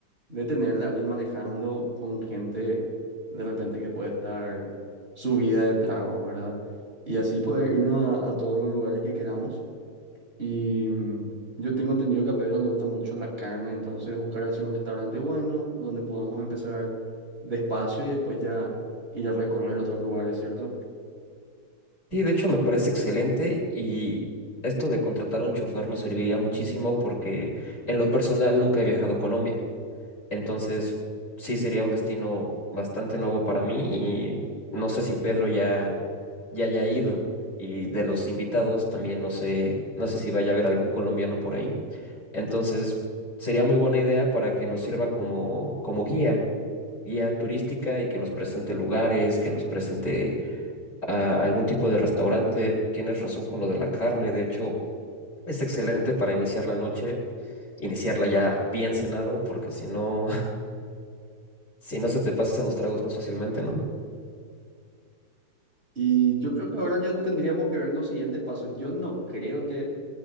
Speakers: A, on the right (about 35°); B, on the left (about 45°).
A: de tener a alguien manejando con gente de repente que puede estar subida de tragos, ¿verdad? y así poder irnos a, a todos los lugares que queramos. Y mm, yo tengo entendido que a Pedro le gusta mucho la carne, entonces buscar así un restaurante bueno donde podamos empezar despacio y después ya ir a recorrer otros lugares, ¿cierto?
B: Sí, de hecho me parece excelente y esto de contratar un chofer nos serviría muchísimo porque en lo personal nunca he viajado a Colombia. Entonces, sí sería un destino bastante nuevo para mí y no sé si Pedro ya, ya haya ido. Y de los invitados también no sé, no sé si vaya a haber algún colombiano por ahí. Entonces, sería muy buena idea para que nos sirva como, como guía, guía turística y que nos presente lugares, que nos presente ah, algún tipo de restaurante. Tienes razón con lo de la carne, de hecho, es excelente para iniciar la noche, iniciarla ya bien cenado, porque si no... Si no se te pasan los tragos más fácilmente, ¿no?
A: Y yo creo que ahora ya tendríamos que ver los siguientes pasos. Yo no creo que